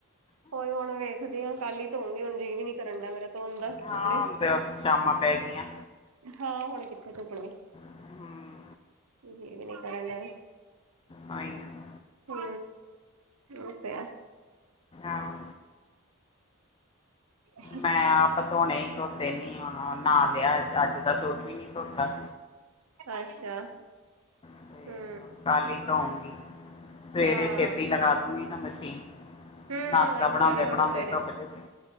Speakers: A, on the right; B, on the left.
A: ਹੋਈ ਹੁਣ ਵੇਖ ਸੋਚਦੀ ਆਂ ਹੁਣ ਕੱਲ ਹੀ ਧੋਆਂਗੀ, ਹੁਣ ਜੀ ਵੀ ਨੀ ਕਰਨ ਡੇਆ ਮੇਰਾ ਧੋਣ ਦਾ ਕੱਪੜੇ
B: ਹਾਂ ਹੁਣ ਤੇ ਸ਼ਾਮਾਂ ਪੈ ਗਈਆਂ
A: ਹਾਂ ਹੁਣ ਕਿੱਥੇ ਧੁਪਣੇ
B: ਹਮ
A: ਜੀ ਵੀ ਨਹੀਂ ਕਰਨ ਡੇਆ
B: ਐਵੇਂ ਤਾਂ ਹੈ <inaudible>
A: ਹੂ ਔ ਤੇ ਹੈ
B: ਆ ਹੋ
A: ਹ
B: ਮੈਂ
A: <inaudible>
B: ਆਪ ਧੋਣੇ ਸੀ ਧੋਤੇ ਨੀ, ਹੁਣ ਨਾਹ ਲਿਆ, ਅੱਜ ਦਾ ਸੂਟ ਵੀ ਨੀ ਧੋਤਾ
A: ਅੱਛਾ
B: ਤੇ
A: ਹੂ
B: ਕੱਲ ਈ ਧੋਊਂਗੀ, ਸਵੇਰੇ
A: ਹਾਂ
B: ਛੇਤੀ ਲਗਾ ਦੂਗੀ ਨਾ ਮਸ਼ੀਨ
A: ਹੂ
B: ਨਾਸ਼ਤਾ
A: ਉਹ ਈ
B: ਬਣਾਉਂਦੇ
A: ਨਾ, ਮੈਂ ਵੀ
B: ਬਣਾਉਂਦੇ
A: ਹੁਣ ਸਵੇਰੇ
B: ਧੁੱਪ ਜੂਗੇ